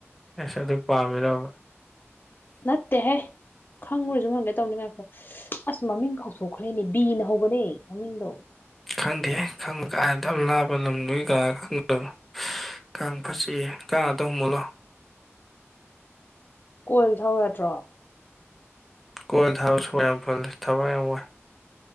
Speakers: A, in the centre; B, on the left.
A: ꯑꯦꯁ ꯑꯗꯨ ꯄꯥꯝꯃꯤꯔꯕ
B: ꯅꯠꯇꯦꯍꯦ ꯈꯪꯕꯔꯥꯥ ꯁꯨꯝ ꯍꯪꯒꯦ ꯇꯧꯅꯤ ꯉꯥꯏꯈꯣ ꯑꯁ ꯃꯃꯤꯡ ꯀꯥꯎꯊꯣꯛꯈ꯭ꯔꯦꯅꯦ ꯕꯤꯅ ꯍꯧꯕꯅꯦ ꯃꯃꯤꯡꯗꯣ
A: ꯈꯪꯗꯦꯍꯦ ꯈꯪꯕ ꯀꯥꯏ ꯑꯗꯥꯝ ꯂꯥꯞꯄ ꯂꯝꯗꯨꯒꯤ ꯀꯅꯥ ꯈꯪꯗꯣꯏꯅꯣ ꯀꯥꯡ ꯐꯠꯆꯤ ꯀꯥꯡ ꯑꯝꯇꯥ ꯍꯨꯝꯃꯨꯂꯥꯎ
B: ꯀꯣꯏꯜ ꯊꯥꯎꯌꯥꯗ꯭ꯔꯣ
A: ꯀꯣꯏꯟ ꯊꯥꯕ ꯁꯣꯔ ꯌꯥꯝ ꯐꯨꯜꯂꯤ ꯊꯕꯥꯛ ꯌꯥꯝ ꯋꯥꯏ